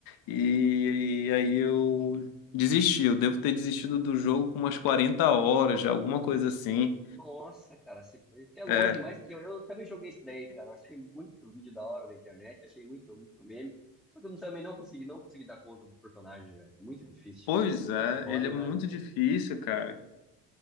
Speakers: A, on the left; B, in the centre.
A: E, e aí eu desisti. Eu devo ter desistido do jogo com umas 40 horas, já, alguma coisa assim.
B: Nossa, cara, você foi até longe,
A: É,
B: mais que eu. Eu também joguei isso daí, cara. Eu Achei muito vídeo da hora na internet, achei muito, muito meme. Só que eu também não consegui, não consegui dar conta dos personagens, velho. Muito difícil.
A: pois
B: Como
A: é,
B: que pode,
A: ele é muito
B: né?
A: difícil, cara.